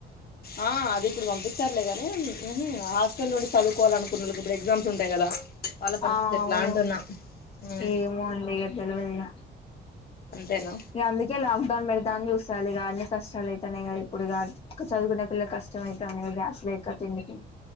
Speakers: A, on the left; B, on the left.
A: ఆ అది ఇప్పుడు పంపించారులేగాని ఉహు హాస్టల్ నుండి చదువుకోవాలి అనుకున్న వాళ్ళకి ఇప్పుడు ఎగ్జామ్స్ ఉంటాయి కదా వాళ్ళ పరిస్థితి
B: ఆ
A: ఎట్లా
B: అవును
A: అంటున్నా ఉమ్
B: ఏమో అండి తెలువదు ఇగ
A: అంతేనా
B: ఇగ అందుకే లాక్ డౌన్ పెడతా అని చూస్తాలు ఇగ బాగానే కష్టాలు అయితున్నాయి క ఇప్పుడుగా చదువుకునే పిల్ల కష్టం అవుతున్నా గ్యాస్ లేక తిండికి